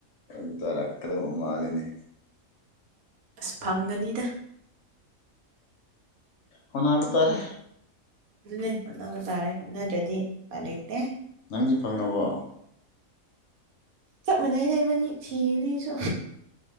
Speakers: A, on the left (about 65°); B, on the right (about 85°).
A: ꯌꯦ ꯇꯔ ꯑꯈꯗ ꯎꯃꯂꯤꯅꯤ
B: ꯑꯁ ꯐꯪꯒꯅꯤꯗ
A: ꯍꯅꯕ ꯇꯔꯦ
B: ꯑꯗꯨꯅꯦ ꯍꯣꯠꯅꯕ ꯇꯥꯔꯦ ꯍꯣꯠꯅꯗ꯭ꯔꯗꯤ ꯏꯄꯥꯏ ꯂꯩꯇꯦ
A: ꯅꯪꯗꯤ ꯐꯪꯉꯕꯣ
B: ꯆꯞ ꯃꯅꯥꯏ ꯂꯩꯏꯕꯅꯤ ꯊꯅꯦꯁꯨ